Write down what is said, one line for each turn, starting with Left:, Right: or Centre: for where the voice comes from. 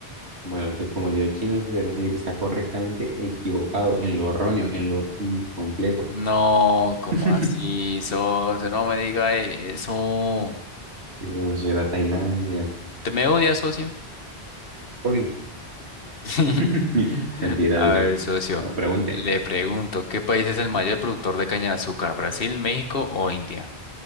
Right: Bueno, entonces como le dio China, se refiere que está correctamente equivocado en lo erróneo, en lo incompleto.
Left: No, ¿cómo
Right: <laughs>
Left: así, socio? No me diga eso.
Right: Eso será Tailandia.
Left: ¿Te me odias, socio?
Right: Ok,
Left: <laughs>
Right: <laughs> Mentira,
Left: A
Right: Julio.
Left: ver, socio.
Right: No pregunte.
Left: Le pregunto, ¿qué país es el mayor productor de caña de azúcar? ¿Brasil, México o India?